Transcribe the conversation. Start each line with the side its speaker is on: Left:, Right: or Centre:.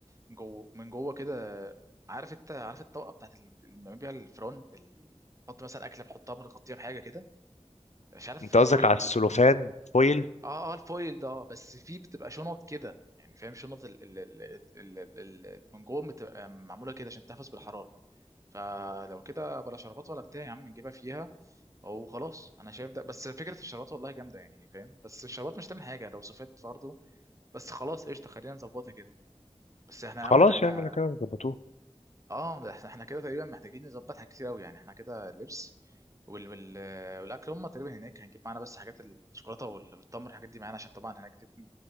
Right: من جوه من جوه كده عارف انت عارف الطبقه بتاعت ال- اللي بنعمل بيها الفرن ال- بحط مثلا اكله بحطها بنغطيها بحاجه كده مش عارف
Left: انت
Right: فويل
Left: قصدك على السلوفان فويل
Right: اه اه الفويل ده آه، بس فيه بتبقى شنط كده يعني فاهم شنط ال... ال... ال... ال... ال... ال- من جوه بتبقى معموله كده عشان تحتفظ بالحراره فلو كده بلا شربات ولا بتاع يا عم نجيبها فيها وخلاص انا شايف ده بس فكره الشربات والله جامده يعني فاهم بس الشربات مش هتعمل حاجه لو صفت برضه بس خلاص قشطه خلينا نظبطها كده بس احنا يا
Left: خلاص
Right: عم ده احنا
Left: يا عم انا كده ظبطوه
Right: اه ده احنا احنا كده تقريبا محتاجين نظبط حاجات كتير قوي يعني احنا كده اللبس وال... وال... والاكل هم تقريبا هناك هنجيب معانا بس حاجات الشوكولاته وال- والتمر الحاجات دي معانا عشان طبعا هناك دي